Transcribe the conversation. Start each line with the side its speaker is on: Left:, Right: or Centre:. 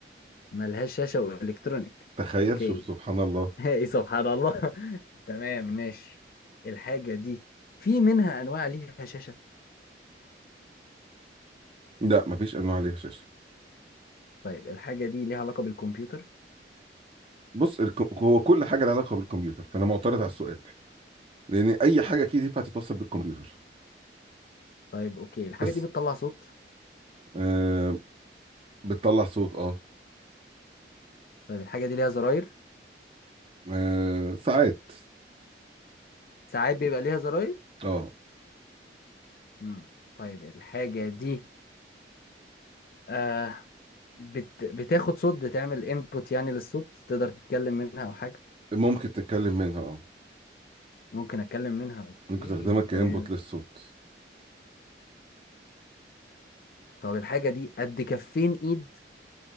Left: ملهاش شاشة وإلكترونيك
Right: تخيل
Left: أوكي
Right: شوف سبحان الله
Left: <laughs> إيه سبحان الله <laughs> تمام ماشي الحاجة دي في منها أنواع ليها شاشة
Right: لا مفيش انواع ليها شاشة
Left: طيب الحاجة دي ليها علاقة بالكمبيوتر
Right: بص الك- هو كل حاجة لها علاقة بالكمبيوتر فانا معترض على السؤال لان اي حاجة اكيد ينفع تتوصل بالكمبيوتر
Left: طيب أوكي الحاجة
Right: بس
Left: دي بتطلع صوت
Right: آه بتطلع صوت اه
Left: طيب الحاجة دي ليها زراير
Right: آه، ساعات
Left: ساعات بيبقى ليها زراير
Right: اه
Left: مم. طيب الحاجة دي آه بت... بتاخد صوت بتعمل انبوت يعني للصوت تقدر تتكلم منها أو حاجة
Right: ممكن تتكلم منها اه
Left: ممكن أتكلم منها أوكي
Right: ممكن تخدمها كانبوت
Left: طيب
Right: للصوت
Left: طب الحاجة دي قد كفين ايد